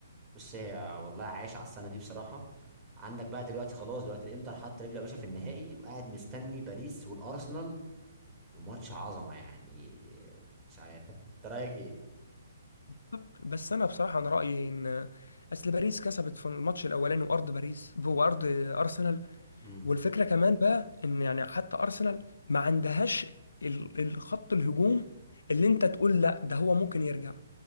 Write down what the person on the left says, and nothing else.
بالظبط. بس انا بصراحه انا رايي ان اصل باريس كسبت في الماتش الاولاني وارض باريس وارض ارسنال
والفكره كمان بقى ان يعني حتى ارسنال ما عندهاش ال- الخط الهجوم اللي انت تقول لا ده هو ممكن يرجع